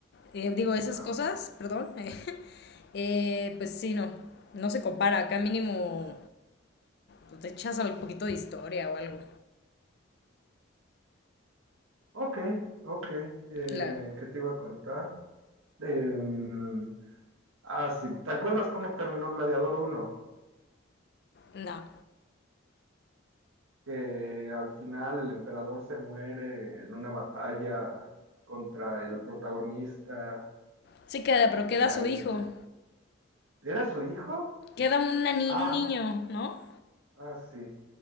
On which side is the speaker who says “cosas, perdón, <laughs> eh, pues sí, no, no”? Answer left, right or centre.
Left